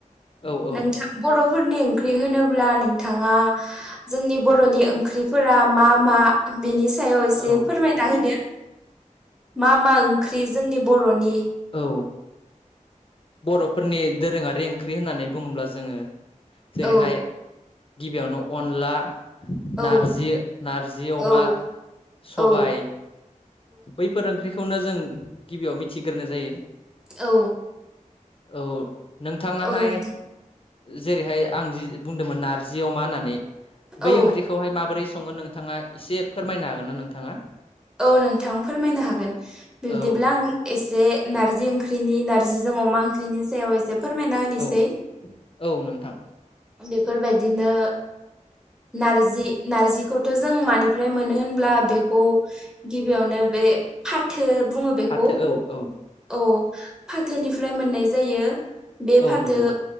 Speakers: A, on the left; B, in the centre.
A: औ
B: नोंथां
A: औ
B: बर' फोरनि ओंख्रि होनोब्ला नोंथाङा जोंनि बर'नि ओंख्रिफोरा मा मा बेनि सायाव एसे
A: औ
B: फोरमायना होदो मा मा ओंख्रि जोंनि बर'नि
A: औ बर'फोरनि दोरोङारि ओंख्रि होननानै बुङोब्ला जोङो जेरैहाय
B: औ
A: गिबियावनो अनला
B: औ
A: नारजि नारजि अमा
B: औ
A: सबाय
B: औ
A: बैफोर ओंख्रिखौनो जों गिबियाव मिथिग्रोनो जायो।
B: औ
A: औ नोंथाङाहाय
B: औ नोंथां
A: जेरैहाय आं बुंदोंमोन नारजि अमा होननानै बै
B: औ
A: ओंख्रिखौहाय माबोरै सङो नोंथाङा एसे फोरमायनो हागोन ना नोंथाङा?
B: औ नोंथां फोरमायनो हागोन बिब्दिब्ला
A: औ
B: आं एसे नारजि ओंख्रिनि नारजिजों अमा ओंख्रिनि सायाव एसे फोरमायना होनोसै
A: औ औ नोंथां
B: बेफोरबायदिनो नारजि नारजिखौथ जों मानिफ्राय मोनो होनब्ला बेखौ गिबियावनो बे फाथो बुङो बेखौ
A: फाथो औ औ
B: औ फाथोनिफ्राय मोननाय जायो बे
A: औ
B: फाथो
A: नंगौ